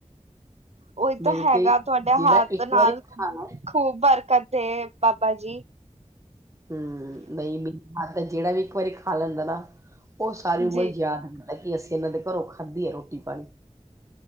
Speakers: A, on the right; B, on the right.
A: ਉਹੀ ਤਾਂ
B: ਮੇਰੇ
A: ਹੈਗਾ
B: ਤੇ
A: ਤੁਹਾਡੇ
B: ਜਿਹੜਾ
A: ਹੱਥ
B: ਇੱਕ
A: ਨਾਲ
B: ਵਾਰੀ
A: ਖ-ਖੂਬ
B: ਖਾਣਾ
A: ਬਰਕਤ ਏ ਬਾਬਾ ਜੀ।
B: ਹਮ, ਨਹੀਂ ਮੈਨੂੰ ਹੱਥ ਜਿਹੜਾ ਵੀ ਇੱਕ ਵਾਰੀ ਖਾ ਲੈਂਦਾ ਨਾ ਉਹ ਸਾਰੀ ਉਮਰ
A: ਜੀ
B: ਯਾਦ ਅਸੀਂ ਇਹਨਾਂ ਦੇ ਘਰੋਂ ਖਾਧੀ ਆ ਰੋਟੀ-ਪਾਣੀ।